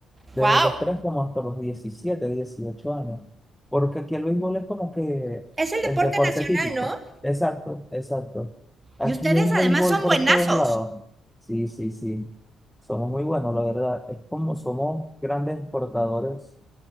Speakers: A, in the centre; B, on the right.
A: Desde
B: Wow.
A: los tres como hasta los 17 18 años. Porque aquí el béisbol es como que
B: Es el deporte
A: el deporte
B: nacional,
A: típico.
B: ¿no?
A: Exacto, exacto. Aquí
B: Y ustedes
A: es béisbol
B: además son
A: por
B: buenazos
A: todos lados. Sí, sí, sí. Somos muy buenos, la verdad. Es como somos grandes exportadores